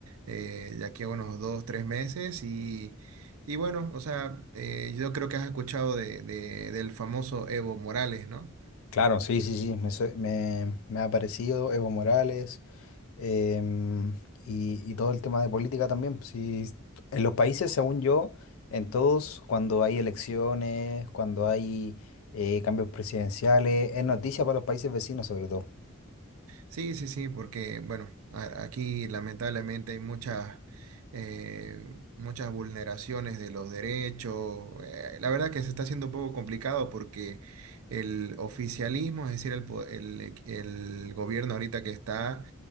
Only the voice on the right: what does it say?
eh, de aquí a unos dos, tres meses, y, y bueno, o sea, eh, yo creo que has escuchado de, de- del famoso Evo Morales, ¿no?
Sí, sí, sí, porque bueno, a- aquí lamentablemente hay muchas, eh, muchas vulneraciones de los derechos. eh, la verdad que se está haciendo un poco complicado porque el oficialismo, es decir, el, po- el, el gobierno ahorita que está,